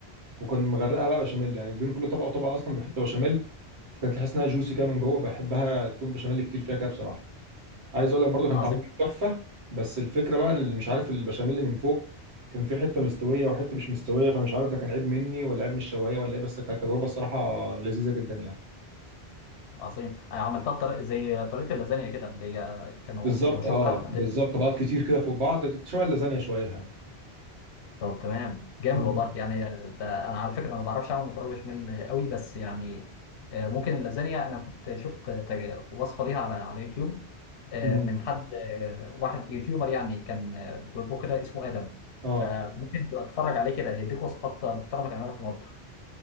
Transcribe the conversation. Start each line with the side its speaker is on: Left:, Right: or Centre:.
Right: وكان مغرقها بقى بشاميل يعني بين كل طبقه وطبقه اصلا بيحط بشاميل فكانت تحس انها جوسي كده من جوه بحبها تكون بشاميل كتير فيها كده بصراحه عايز اقول لك برضو كان
Left: عظيم
Right: طعمها كان تحفه بس الفكره بقى اللي مش عارف البشاميل اللي من فوق كان في حته مستويه وحته مش مستويه فمش عارف ده كان عيب مني ولا عيب من الشوايه ولا ايه بس كانت تجربه الصراحه لذيذه جدا يعني
Left: عظيم انا عملتها بطريقه زي طريقه اللازانيا كده اللي هي كانوا
Right: بالظبط
Left: كنت بشوف
Right: اه
Left: حد
Right: بالظبط طبقات كتير كده فوق بعض شبه اللازانيا شويه يعني
Left: طب تمام جامد
Right: مم.
Left: والله يعني ده انا على فكره انا ما بعرفش اعمل مكرونه بشاميل قوي بس يعني آه، ممكن اللازانيا انا كنت شفت تج- وصفه ليها على على يوتيوب آه،
Right: مم.
Left: من حد آه، واحد يوتيوبر يعني كان آه، بيطبخ كده اسمه ادم
Right: اه
Left: فممكن تبقى تتفرج عليه كده هيديك وصفات محترمه تعملها في المطبخ